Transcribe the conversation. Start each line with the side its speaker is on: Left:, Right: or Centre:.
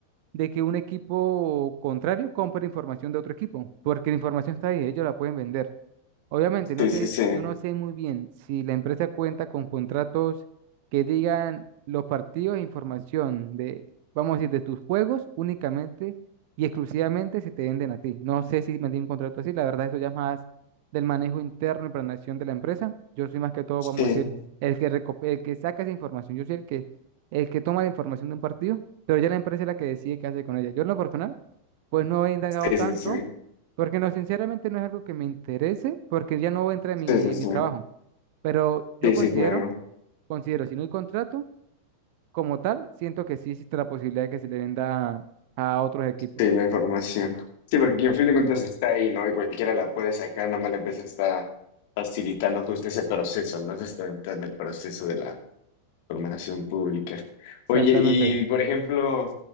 Right: de que un equipo contrario compre información de otro equipo, porque la información está ahí, ellos la pueden vender. Obviamente, no
Left: Sí,
Right: sé,
Left: sí, sí.
Right: yo no sé muy bien si la empresa cuenta con contratos que digan los partidos e información de, vamos a decir, de tus juegos únicamente y exclusivamente se te venden a ti. No sé si me un contrato así, la verdad eso ya es más del manejo interno y planeación de la empresa. Yo soy más que todo,
Left: Sí,
Right: vamos a decir, el que reco- el que saca esa información. Yo soy el que el que toma la información de un partido, pero ya la empresa es la que decide qué hace con ella. Yo en lo personal, pues no he indagado
Left: sí,
Right: tanto
Left: sí, sí.
Right: porque no, sinceramente no es algo que me interese, porque ya no entra en mi,
Left: Sí, sí,
Right: en
Left: sí.
Right: mi trabajo. Pero yo
Left: Sí,
Right: considero,
Left: sí, claro.
Right: considero, si no hay contrato, como tal, siento que sí existe la posibilidad de que se le venda a otros equipos.
Left: Sí, la información. Sí, porque en fin de cuentas está ahí, ¿no? Y cualquiera la puede sacar, nada más la empresa está facilitando justo ese proceso, ¿no? Se está entrando el proceso de la formación pública.
Right: Exactamente.
Left: Oye, y por ejemplo,